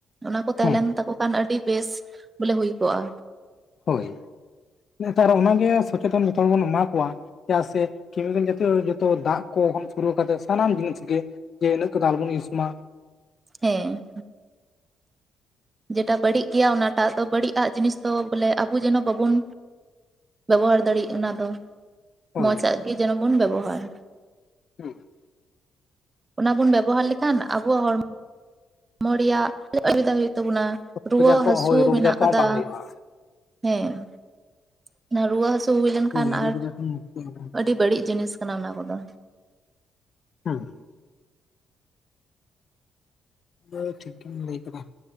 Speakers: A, on the right (about 25°); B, on the left (about 50°).
A: ᱚᱱᱟ ᱠᱚ ᱛᱟᱦᱮᱸ
B: ᱦᱮᱸ
A: ᱞᱮᱱ ᱛᱟᱠᱚ ᱠᱷᱟᱱ ᱟᱹᱰᱤ ᱵᱮᱥ ᱵᱚᱞᱮ ᱦᱩᱭ ᱠᱚᱜ-ᱟ᱾
B: ᱦᱳᱭ, ᱱᱮᱛᱟᱨ ᱚᱱᱟ ᱜᱮ ᱥᱚᱪᱮᱛᱚᱱ ᱡᱚᱛᱚ ᱦᱚᱲ ᱵᱚᱱ ᱮᱢᱟ ᱠᱚᱣᱟ᱾ ᱪᱮᱫᱟᱜ ᱥᱮ ᱠᱮᱢᱤᱠᱮᱞ ᱡᱟᱛᱤᱭᱚ ᱡᱷᱚᱛᱚ ᱫᱟᱜ ᱠᱚ ᱥᱩᱨᱩ ᱠᱟᱛᱮ ᱥᱟᱱᱟᱢ ᱡᱤᱱᱤᱥ ᱜᱮ ᱡᱮ, ᱤᱱᱟᱹᱜ ᱠᱚᱫᱚ ᱟᱞᱵᱚᱱ ᱤᱭᱩᱥ ᱢᱟ᱾
A: ᱦᱮᱸ᱾ ᱡᱮᱴᱟ ᱵᱟᱹᱲᱤᱡ ᱜᱮᱭᱟ ᱚᱱᱟᱴᱟᱜ ᱫᱚ ᱵᱟᱹᱲᱤᱡ ᱟᱜ ᱡᱤᱱᱤᱥ ᱫᱚ ᱵᱚᱞᱮ ᱟᱵᱚ ᱡᱮᱱᱚ ᱵᱟᱵᱩᱱ ᱵᱮᱵᱚᱦᱟᱨ ᱫᱟᱲᱮᱜ ᱚᱱᱟ ᱫᱚ,
B: ᱦᱳᱭ
A: ᱢᱚᱡᱽ ᱟᱜ ᱜᱮ ᱡᱮᱱᱚ ᱵᱚᱱ ᱵᱮᱵᱚᱦᱟᱨ᱾
B: ᱦᱩᱸ᱾
A: ᱚᱱᱟ ᱵᱮᱵᱚᱦᱟᱨ ᱞᱮᱠᱷᱟᱱ ᱟᱵᱚᱣᱟᱜ ᱦᱚᱲᱢᱚ ᱢᱚ ᱨᱮᱭᱟᱜ ᱚᱥᱩᱵᱤᱫᱷᱟ ᱦᱩᱭᱩᱜ ᱛᱟᱵᱚᱱᱟ, ᱨᱩᱣᱟᱹ
B: ᱵᱟᱡᱟᱨ ᱠᱚ
A: ᱦᱟᱹᱥᱩ
B: ᱦᱳᱭ ᱨᱳᱜᱽ
A: ᱢᱮᱱᱟᱜ
B: ᱟᱡᱟᱨ
A: ᱟᱠᱟᱫᱟ᱾
B: ᱠᱚᱦᱚᱸ ᱵᱟᱝ ᱦᱩᱭᱩᱜᱼᱟ
A: ᱦᱮᱸ ᱾ ᱚᱱᱟ ᱨᱩᱣᱟᱹ ᱦᱟᱹᱟᱥᱩ ᱦᱩᱭ ᱞᱮᱱ
B: ᱦᱳᱭ
A: ᱠᱷᱟᱱ ᱟᱨ
B: ᱨᱳᱜᱽ ᱟᱡᱟᱨ ᱠᱷᱚᱱ ᱢᱩᱠᱛᱤᱜ ᱟᱵᱚᱱ
A: ᱟᱹᱰᱤ ᱵᱟᱹᱲᱤᱡ ᱡᱤᱱᱤᱥ ᱠᱟᱱᱟ ᱚᱱᱟ ᱠᱚᱫᱚ᱾
B: ᱦᱩᱸ᱾ ᱵᱟ ᱴᱷᱤᱠ ᱜᱮᱢ ᱞᱟᱹᱭ ᱠᱟᱫᱟ ᱾